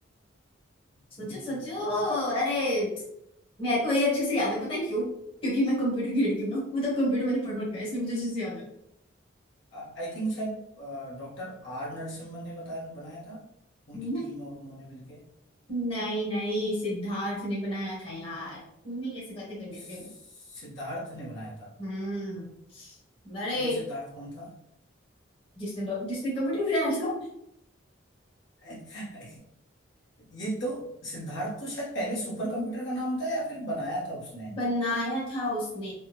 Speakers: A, on the left; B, on the left.
A: हम्म,
B: सोचो सोचो अरे मेरे को ये अच्छे से याद है पता है क्यों क्योंकि मैं कंप्यूटर की लड़की हूँ ना मतलब कंप्यूटर मैंने पढ़ रखा है इसलिए मुझे अच्छे से याद है
A: आई थिंक शायद डॉक्टर आर नरसिम्हन ने बताया बनाया था उनकी
B: हम्म,
A: टीम और उन्होंने मिलके
B: नहीं नहीं सिद्धार्थ ने बनाया था यार तुम भी कैसी बातें कर लेते
A: सिद्धार्थ
B: हो
A: ने बनाया था
B: हम्म अरे
A: ये सिद्धार्थ कौन था
B: जिसने डॉ- जिसने कंप्यूटर बनाया था
A: <laughs> ये तो सिद्धार्थ तो शायद पहले सुपर कंप्यूटर का नाम था या फिर बनाया था उसने
B: बनाया था उसने